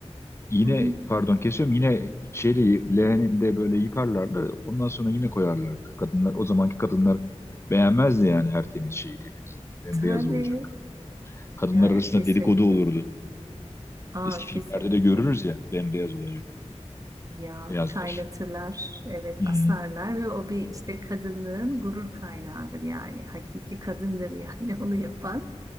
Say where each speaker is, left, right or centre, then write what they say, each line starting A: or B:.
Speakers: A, on the right (about 30°); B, on the left (about 25°).
A: <laughs>
B: Yine
A: Hı hı.
B: pardon kesiyorum yine çeliği leğeninde böyle yıkarlardı. Ondan sonra yine koyarlardı. Kadınlar o zamanki kadınlar beğenmezdi yani her temiz şeyi temizliği. Bembeyaz
A: Tabii.
B: olacak. Kadınlar
A: Yani
B: arasında
A: kesinlikle.
B: dedikodu olurdu.
A: Aa
B: Eski
A: kesinlikle.
B: filmlerde de görürüz ya bembeyaz olacak
A: Ya
B: beyazlar.
A: kaynatırlar. Evet
B: Hmm,
A: asarlar ve o bir işte kadının gurur kaynağıdır yani. Hakiki kadındır yani <laughs> onu yapan.